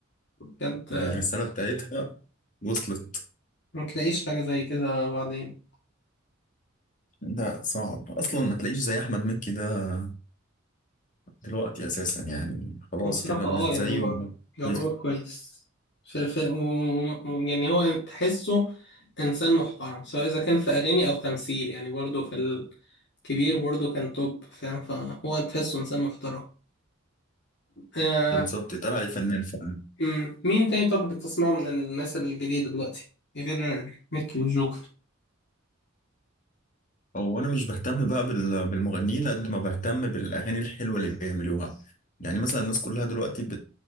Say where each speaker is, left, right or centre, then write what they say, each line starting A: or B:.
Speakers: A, on the left (about 60°); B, on the left (about 40°).
A: كانت
B: الرساله
A: آه،
B: بتاعتها وصلت
A: ما تلاقيش حاجة زي كده بعدين
B: ده صعب اصلا ما تلاقيش زي احمد مكي ده دلوقتي اساسا يعني خلاص
A: هو بصراحة
B: كده
A: اه
B: اللي زيه
A: يعني هو يعتبر
B: بال-
A: كويس في في و- و- يعني هو تحسه إنسان محترم سواء إذا كان في أغاني أو تمثيل يعني برضه في الكبير برضه كان توب فاهم فهو تحسه إنسان محترم آه
B: بالظبط اتقال عليه فنان فعلا
A: أمم، مين تاني طب بتسمعه من الناس الجديدة دلوقتي غير ميكي وجوكر
B: هو انا مش بهتم بقى بال- بالمغنيين قد ما بهتم بالاغاني الحلوه اللي بيعملوها يعني مثلا الناس كلها دلوقتي